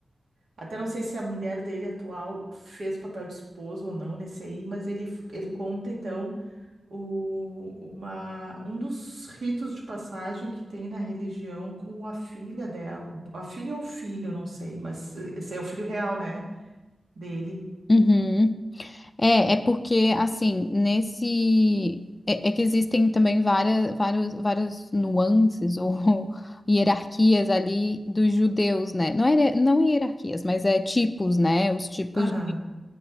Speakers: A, on the right (about 70°); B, on the left (about 30°).
A: Até não sei se a mulher dele atual fez o papel de esposo ou não nesse aí, mas ele, ele conta então o, uma, um dos ritos de passagem que tem na religião com a filha dela, a filha ou o filho, não sei, mas eh, esse é o filho real, né? Dele.
B: uhum. É, é porque, assim, nesse. É, é que existem também várias, vários, várias nuances ou <laughs> hierarquias ali dos judeus, né? Não, era, não hierarquias, mas é tipos, né? Os tipos
A: Aham,